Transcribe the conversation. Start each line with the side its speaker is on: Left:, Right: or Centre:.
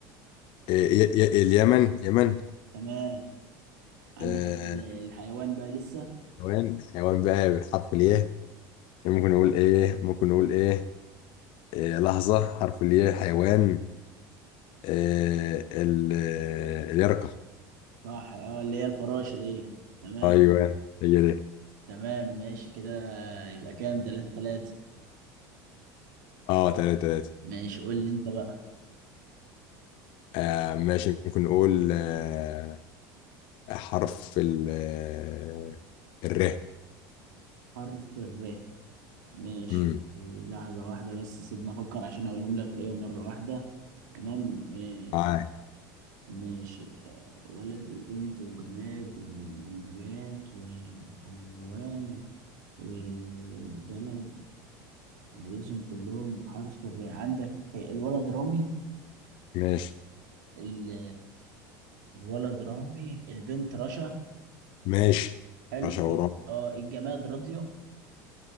Left: آه، ي- ي- اليمن يمن
Right: تمام عندك
Left: آه،
Right: ال- الحيوان بقى لسه
Left: حيوان حيوان بقى بحرف الياء ممكن نقول ايه ممكن نقول ايه آه، لحظة حرف الياء حيوان آه، ال- آه، اليرقة
Right: صح اه اللي هي الفراشة دي تمام
Left: ايوه هي دي
Right: تمام ماشي كده يبقى كام تلاتة تلاتة
Left: اه تلاتة تلاتة
Right: ماشي قول لي انت بقى
Left: آه ماشي ممكن نقول آه، حرف ال آه، الر
Right: حرف الر ماشي
Left: امم
Right: لحظة واحدة بس سيبنا افكر عشان اقولهم لك ايه مرة واحدة تمام إيه،
Left: معاك
Right: ماشي آه، ولد وبنت وجماد ونبات وحيوان وبلد عايزهم كلهم بحرف الر عندك الولد رامي
Left: ماشي
Right: ال- الولد رامي البنت رشا
Left: ماشي
Right: حلو
Left: رشا
Right: ايه
Left: ورا
Right: اه الجماد راديو